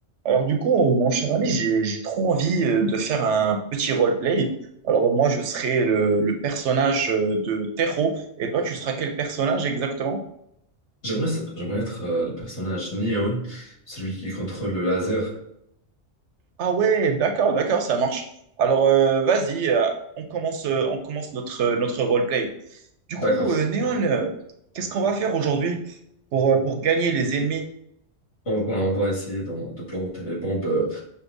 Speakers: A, on the right (about 70°); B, on the left (about 65°).
A: Alors du coup, euh, mon cher ami, j'ai j'ai trop envie euh, de faire un petit roleplay. Alors moi, je serai le, le personnage euh, de Terro, et toi, tu seras quel personnage exactement?
B: J'aimerais, s- j'aimerais être euh, le personnage Neon, celui qui contrôle le laser.
A: Ah ouais, d'accord, d'accord, ça marche. Alors euh, vas-y, euh, on commence, euh, on commence notre, euh, notre roleplay. Du coup,
B: D'accord.
A: euh, Néon, euh, qu'est-ce qu'on va faire aujourd'hui pour, euh, pour gagner les ennemis?
B: On va, on va essayer d'en- de planter les bombes euh,